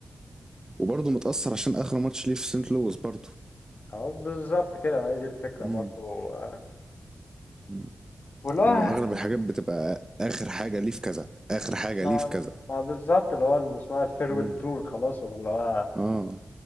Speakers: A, on the right; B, on the left.
A: وبرضه متأثر عشان آخر ماتش ليه في سنت لويس برضه
B: اه بالظبط كده ما هي دي الفكرة
A: مم.
B: برضو آه،
A: مم.
B: والله
A: هو أغلب الحاجات بتبقى آخر حاجة ليه في كذا آخر حاجة
B: ما
A: ليه في كذا
B: ما بالظبط اللي هو اللي اسمها الفيرويل
A: مم.
B: تور خلاص هو اللي هو
A: آه،